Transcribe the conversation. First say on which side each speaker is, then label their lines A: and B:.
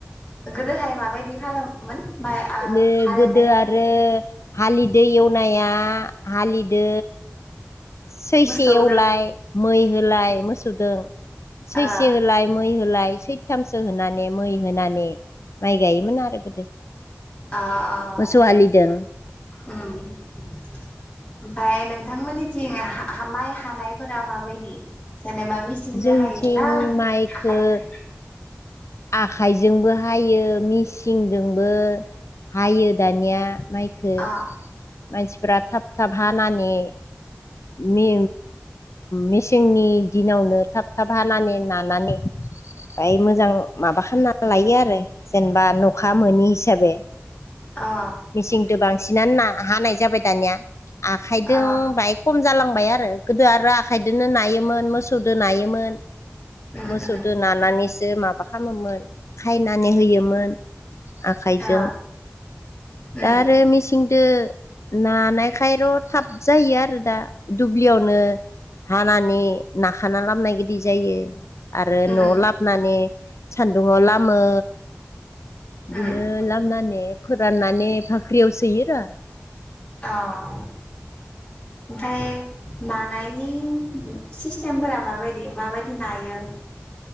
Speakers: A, on the left; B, on the left.
A: गोदोहाय माबायदि खालामोमोन? माइ आ
B: बे
A: हालेवनायखौ
B: गोदो आरो हालि दै एवनाया हालिदो सैसे
A: मोसौजों
B: एवलाय मै होलाय मोसौदों सैसे
A: ओ
B: होलाय मै होलाय सैथामसो होनानै मै होनानै माइ गायोमोन आरो गोदो।
A: आ अह।
B: मोसौ हालिदों
A: ओम ओमफ्राय नों बिथांमोननि थिं हा हा माइ हा हानायफोरा माबायदि? जेनेबा मिसिंजों
B: जोंथिं
A: हाय ना
B: माइखो
A: आखाइजों??
B: आखाइजोंबो हायो मिसिंजोंबो हायो दानिया माइखो
A: अ
B: मानसि बिराद थाब थाब हानानै, मे मेसेंनि दिनावनो थाब थाब हानानै नानानै बाय मोजां माबा खालामना लायो आरो जेनेबा अखा मोनि हिसाबै
A: अ
B: मिसिंदो बां थिनानै ना हानाय जाबाय दानिया आखाइदों
A: अ
B: बाइक लांबाय आरो गोदो आरो आखाइदोनो नो नायोमोन मोसौदो नायोमोन।
A: उम
B: मोसौदो
A: उम
B: नानानैसो माबा खालामोमोन खायनानै होयोमोन आखाइजों
A: अ
B: दा
A: उम
B: आरो मेसिंदो नानायखायर' थाब जायो आरो दा दुब्लियावनो हानानै नाखाना लाबनाय गोदि जायो आरो
A: उम
B: न'आव लाबनानै सान्दुंआव लामो बिदिनो
A: उम
B: लाबोनानै फोराननाय- ने फाख्रियाव सोयोरा।
A: अह ओमफ्राय नानायनि ओम सिस्टेमफोरा माबायदि माबायदि नायो-